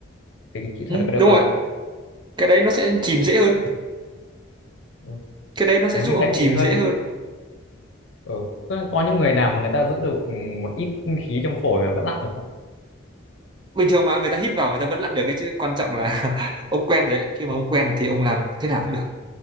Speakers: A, on the left; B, on the right.
A: thì cái kỹ thuật
B: ừ,
A: ở đây
B: đúng
A: có
B: rồi
A: đúng không
B: cái đấy nó sẽ chìm dễ hơn
A: ừ.
B: cái đấy nó sẽ
A: Ờ,
B: giúp
A: như
B: ông
A: thế
B: chìm
A: thì hơi
B: dễ hơn
A: ờ, có, có những người nào mà người ta giữ được ừ, một ít khí trong phổi mà vẫn lặn được không
B: bình thường mà người ta hít vào người ta vẫn lặn được cái chứ quan trọng là <laughs> ông quen rồi đấy khi mà ông quen thì ông làm thế nào cũng được